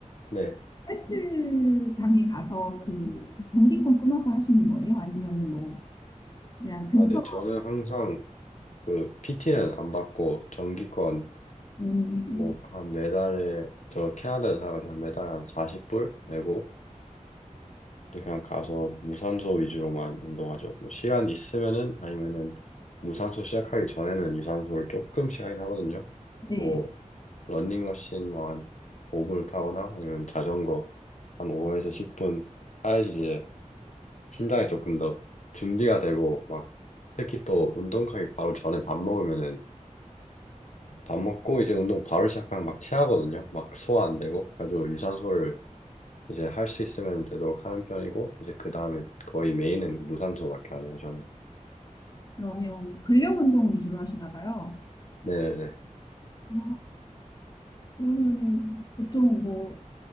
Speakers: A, on the left; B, on the left.
A: 네.
B: 헬스장에 가서 그 전기권 끊어서 하시는 거예요? 아니면은 뭐 그냥 근처
A: 아, 네, 저는 항상 그 PT는 안 받고 정기권
B: 음,
A: 뭐 한 매달에 저 캐나다에 살아가지고 한 매달 한 40불 내고 이제 그냥 가서 무산소 위주로만 운동하죠. 뭐 시간 있으면은 아니면은 무산소 시작하기 전에는 유산소를 조금씩 하긴 하거든요.
B: 네.
A: 뭐 러닝머신 뭐한 5분을 타거나 아니면 자전거 한 5에서 10분 타야지 심장이 조금 더 준비가 되고 막 특히 또 운동하기 바로 전에 밥 먹으면은 밥 먹고 이제 운동 바로 시작하면 막 체하거든요. 막 소화 안 되고 아주 유산소를 이제 할 수 있으면 되도록 하는 편이고 이제 그 다음에 거의 메인은 무산소밖에 안 해요 저는.
B: 그러면 근력 운동 위주로 하시나 봐요.
A: 네네네.
B: 아, 그러면은 보통 뭐